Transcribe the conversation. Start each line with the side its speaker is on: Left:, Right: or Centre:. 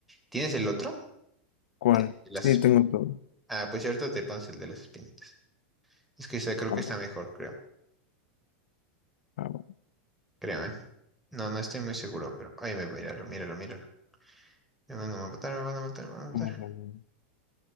Centre: ¿Tienes el otro?
Left: ¿Cuál?
Centre: El de las
Left: Sí,
Centre: espinitas.
Left: tengo todo.
Centre: Ah, pues cierto, te pones el de las espinitas. Es que ese creo
Left: Ah,
Centre: que
Left: va,
Centre: está mejor, creo.
Left: ah, va.
Centre: Creo, ¿eh? No, no estoy muy seguro, pero. ahí me voy a míralo, míralo, míralo. Me van a matar, me van a matar, me van a matar.
Left: Vamos, vamos, vamos.